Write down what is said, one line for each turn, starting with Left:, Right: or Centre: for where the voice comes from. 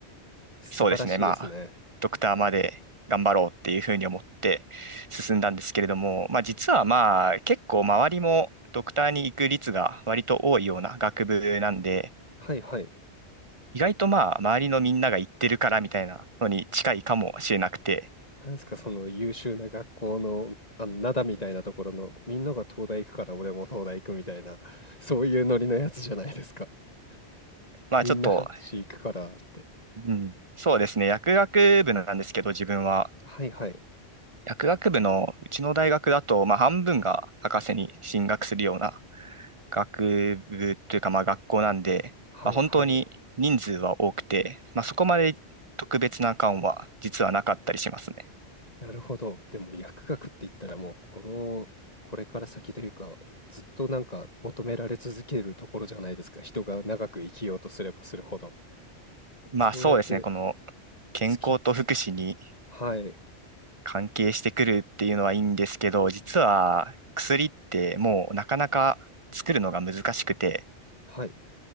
Left: 素晴らしいですね。
Right: そうですね、まあ、ドクターまで頑張ろうっていうふうに思って進んだんですけれども、まあ、実はまあ、結構周りもドクターに行く率が割と多いような学部なんで、
Left: はいはい。
Right: 意外とまあ、周りのみんなが行ってるからみたいなのに近いかもしれなくて、
Left: なんですか、その優秀な学校の、あの、灘みたいなところの、みんなが東大行くから俺も東大行くみたいな、<laughs> そういうノリのやつじゃないですか。<laughs>
Right: まあ、
Left: みんな博士行くからって。
Right: ちょっと、うん、そうですね、薬学部なんですけど、自分は。
Left: はいはい。
Right: 薬学部のうちの大学だと、まあ、半分が博士に進学するような学部というか、まあ、学校なんで、
Left: はいはい。
Right: まあ、本当に人数は多くて、まあ、そこまで特別な感は実はなかったりしますね。
Left: なるほど。でも薬学って言ったらもう、この、これから先というか、ずっとなんか求められ続けるところじゃないですか。人が長く生きようとすればするほど。
Right: まあそうですね、
Left: そうやって
Right: この健康と福祉に
Left: 突き詰めて。はい。
Right: 関係してくるっていうのはいいんですけど、実は薬ってもうなかなか作るのが難しくて、
Left: はい。